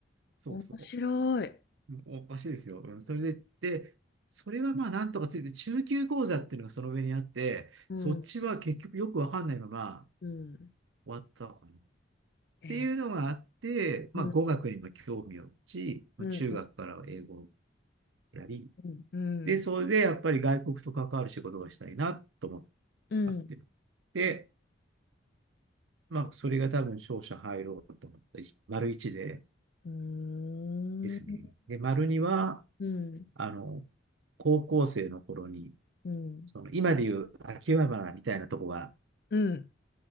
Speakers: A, on the right; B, on the left.
A: そうそう。
B: 面白い。
A: おかしいですよ。うんそれで、で、それはまあなんとかついて、中級講座っていうのがその上にあって、
B: うん、
A: そっちは結局よくわかんないまま
B: うん。
A: 終わったのかな。っ
B: へえ
A: ていうのがあって、
B: ー
A: まあ語学にも興味を持ち、
B: うんうん
A: まあ中学からは英語をやり、
B: うん
A: で、それでやっぱり外国と関わる仕事がしたいなと思って
B: うん。
A: かっていうの。
B: うん。
A: で、まあ、それが多分勝者入ろうと思ったり、丸1で
B: うーん。
A: ですね。で、丸2は、
B: うん。
A: あの、高校生の頃に、
B: うん。うん。
A: その今でいう秋葉原みたいなとこが
B: うん